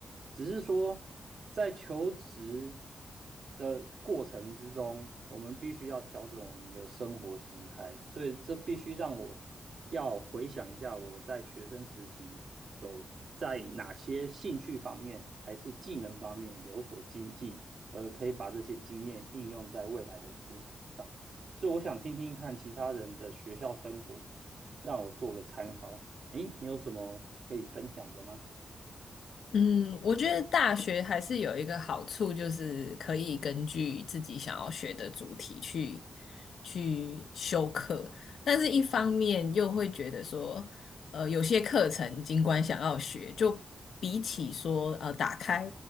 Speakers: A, on the right; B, on the left.
A: 只是说在求职的过程之中，我们必须要调整我们的生活形态，所以这必须让我要回想一下我在学生时期有在哪些兴趣方面还是技能方面有所精进，而可以把这些经验应用在未来的职场上。所以我想听听看其他人的学校生活，让我做个参考。诶，你有什么可以分享的吗？
B: 嗯，我觉得大学还是有一个好处，就是可以根据自己想要学的主题去去修课，但是一方面又会觉得说，呃，有些课程尽管想要学，就比起说呃打开